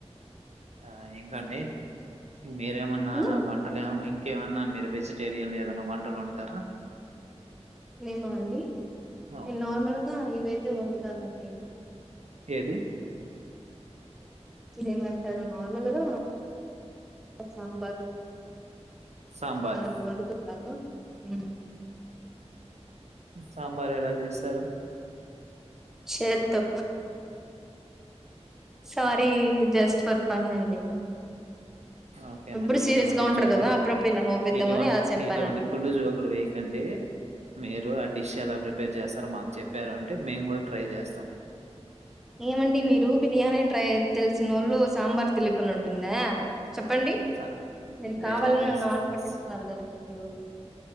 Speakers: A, on the right (about 75°); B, in the centre.
A: ఆ ఏంటండీ మీరేమన్నా
B: ఉమ్
A: వంటలు ఇంకేమన్నా మీరు వెజిటేరియన్ ఏదన్నా వంటలు వండుతారా
B: నేనా అండి
A: అవును.
B: నేను నార్మల్గా ఇవైతే వండు తానండి
A: ఏది
B: ఏమంటారు నార్మల్గా సాంబార్
A: సాంబారు.
B: అలా వండుతుంటాను ఉమ్
A: సాంబార్ ఎలా చేస్తారు.
B: చేత్తో సారీ జస్ట్ ఫర్ ఫన్ అండి.
A: ఓకేనండి
B: ఎప్పుడు సీరియస్
A: ఇటువంటి
B: గా ఉంటారు
A: జోక్లు
B: కదా అప్పుడప్పుడు ఇలా నవ్విద్దామని
A: ఇటువంటి
B: అలా చెప్పానండి
A: ఇటువంటి కుళ్ళు జోకులు వేయకండి మీరు ఆ డిష్ ఎలా ప్రిపే ప్రిపేర్ చేస్తారో మాకు చెప్పారు అంటే మేము కూడా ట్రై చేస్తాం.
B: ఏమండి మీరు బిర్యానీ ట్రై తెలిసినోళ్ళు సాంబార్ తెలియకుండ ఉంటుందా చెప్పండి.
A: స
B: మీరు
A: లేదండి
B: కావాలని నన్ను
A: స్
B: ఆటపట్టిస్తున్నారు
A: స్
B: కదండి. అయ్యో